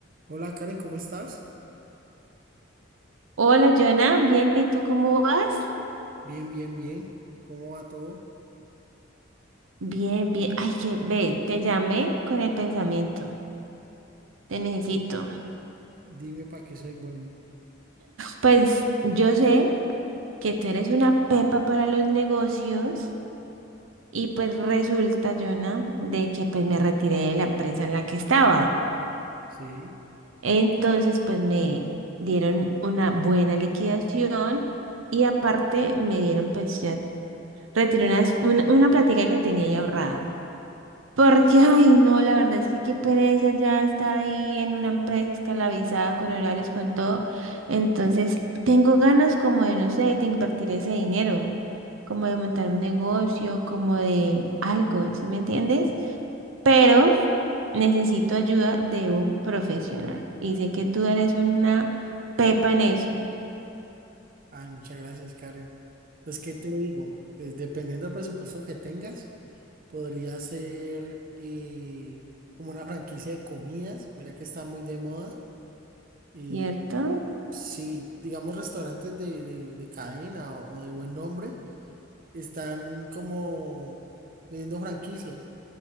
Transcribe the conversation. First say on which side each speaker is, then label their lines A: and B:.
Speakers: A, on the right (about 45°); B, on the right (about 80°).
A: Hola Karen, ¿cómo estás?
B: Hola, Jonah, bien, ¿y tú cómo vas?
A: Bien, bien, bien. ¿Cómo va todo?
B: Bien, bien. Ay, que ve, te llamé con el pensamiento. Te necesito.
A: Dime para qué soy bueno.
B: Pues yo sé que tú eres una pepa para los negocios y pues resulta, Jonah, de que pues me retiré de la empresa en la que estaba.
A: Sí.
B: Entonces, pues me dieron una buena liquidación y aparte me dieron pues ya retiré una, una, una plática que tenía ahí ahorrada. Porque, ay, no, la verdad es que qué pereza ya estar ahí en una empresa esclavizada con horarios, con todo. Entonces, tengo ganas como de, no sé, de invertir ese dinero, como de montar un negocio, como de algo, ¿sí me entiendes? Pero necesito ayuda de un profesional. Y sé que tú eres una pepa en eso,
A: Ay, muchas gracias, Karen. Pues, ¿qué te digo? Pues, dependiendo del presupuesto que tengas, podría ser eh, como una franquicia de comidas. Mira que está muy de moda. Y
B: ¿cierto?
A: sí, digamos, restaurantes de, de- de cadena o, o de buen nombre están como vendiendo franquicias.